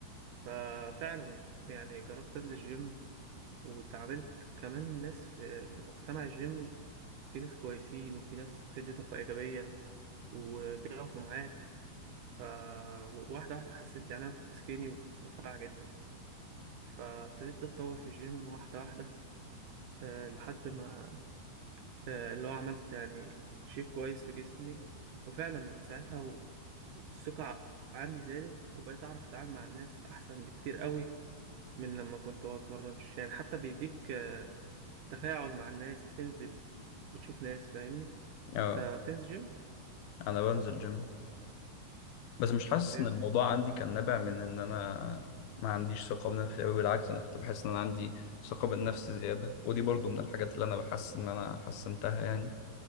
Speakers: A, on the right (about 70°); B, on the left (about 75°).
A: ففعلا يعني جربت انزل جيم واتعاملت كمان ناس في مجتمع الجيم في ناس كويسين وفي ناس بتدي طاقة إيجابية وبيقفوا معاك ف واحدة واحدة حسنت يعني أنا كنت سكيني وكنت رفيع جدا فابتديت أتطور في الجيم واحدة واحدة آه، لحد ما آه، اللي هو عملت يعني شيب كويس لجسمي وفعلا من ساعتها و- والثقة عندي زادت وبقيت أعرف أتعامل مع الناس أحسن بكتير قوي من لما كنت بتمرنش يعني حتى بيديك تفاعل مع الناس بتنزل بتشوف ناس فاهمني
B: اه
A: انت بتنزل جيم
B: انا بنزل جيم بس مش حاسس
A: حلو
B: ان الموضوع عندي كان نابع من ان انا ما عنديش ثقة بنفسي قوي بالعكس انا كنت بحس ان انا عندي ثقة بالنفس زيادة ودي برضو من الحاجات اللي انا بحس ان انا حسنتها يعني